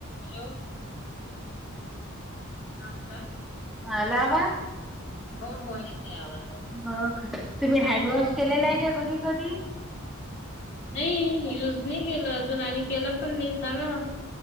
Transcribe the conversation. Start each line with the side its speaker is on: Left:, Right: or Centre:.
Left: Hello! हा बोला.
Centre: आला वाज?
Left: हो हो येते आवाज आता.
Centre: हो का तुम्ही हँडवॉश केलेला आहे का घरी कधी?
Left: नाही युज नाही केलं अजून आणि केलं पण नाही सांगा.